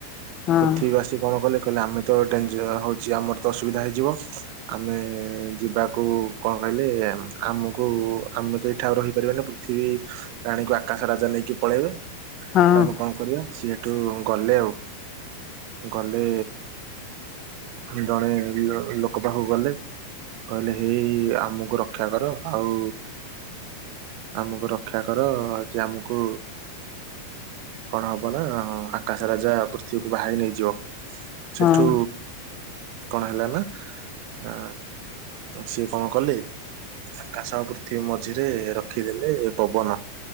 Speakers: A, on the left (about 30°); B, on the right (about 45°).
A: ହଁ।
B: ପୃଥିବୀ ଆସି କଣ କଲେ କହିଲେ ଆମେ ତ ଡେଞଜ ହଉଛି ଆମର ତ ଅସୁବିଧା ହେଇଯିବ ଆମେ ଯିବାକୁ କଣ କହିଲେ ଆମକୁ ଆମେ ତ ଏଇଠା ରହିପାରିବାନି ପୃଥିବୀ ରାଣୀ କୁ ଆକାଶ ରାଜା ନେଇ ନେଇକି ପଳେଇବେ
A: ହଁ
B: ତ ଆମେ କଣ କରିବା ସିଏଠୁ ଗଲେ ଆଉ। ଗଲେ ଜଣେ ଲୋ କ ପାଖକୁ ଗଲେ କହିଲେ ହେଇ ଆମକୁ ରକ୍ଷା କର ଆଉ ଆମକୁ ରକ୍ଷା କର ଯେ ଆମକୁ କଣ ହବ ନା ଆକାଶ ରାଜା ପୃଥିବୀକୁ ବାହାହେଇ ନେଇଯିବ।
A: ହଁ
B: ସେଠୁ କଣ ହେଲା ନା ଆ ସିଏ କଣ କଲେ? ଆକାଶ ପୃଥିବୀ ମଝିରେ ରଖିଦେଲେ ପବନ।